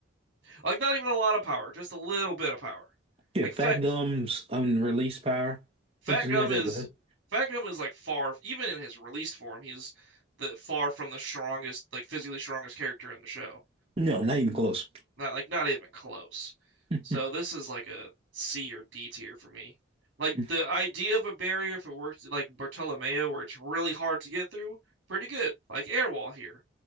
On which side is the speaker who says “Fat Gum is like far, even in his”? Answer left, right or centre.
Right